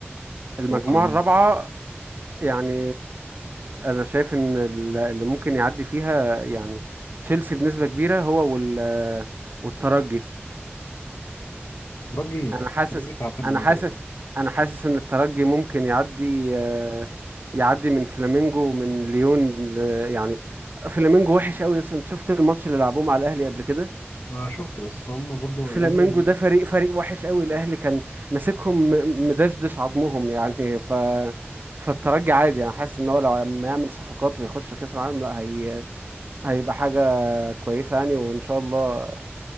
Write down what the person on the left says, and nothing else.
توقع مين؟
ترجي لا
ترجي تعبان
قوي
دلوقتي
أنا شفت بس هم برضه
يعني